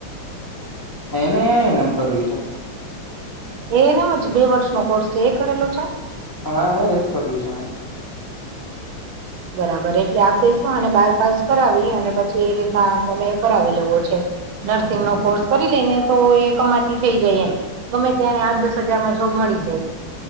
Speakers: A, on the left; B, on the right.
A: એનેને એમ કર્યું છે
B: એનેમ જ બે વર્ષનો કોર્સ છે એ કરેલો છે
A: હા હા એજ કર્યું છે
B: બરાબર એટલે આપે શું અને બાર પાસ કરાવી અને પછી એ રીતના અમે કરાવી લેવો છે નર્સિંગ નો કોર્સ કરી લઈને તો એ કમાતી થઈ જાય એમ ગમે ત્યાંને આઠ દસ હજારમાં જોબ મળી જાય